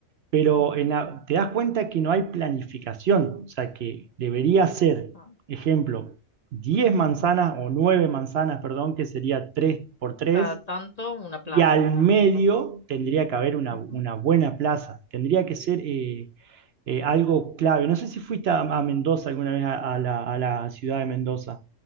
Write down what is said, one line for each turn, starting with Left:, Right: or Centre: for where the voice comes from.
Right: pero
Left: Ujú,
Right: en la- te das cuenta que no hay planificación, o sea que debería ser,
Left: claro.
Right: ejemplo, 10 manzanas o 9 manzanas, perdón, que sería 3 por 3
Left: Cada tanto una plaza,
Right: y al
Left: claro.
Right: medio
Left: Bueno,
Right: tendría que haber una,
Left: ujú.
Right: una buena plaza, tendría que ser eh, eh, algo clave. No sé si fuiste a, a Mendoza alguna vez a, a la, a la ciudad de Mendoza.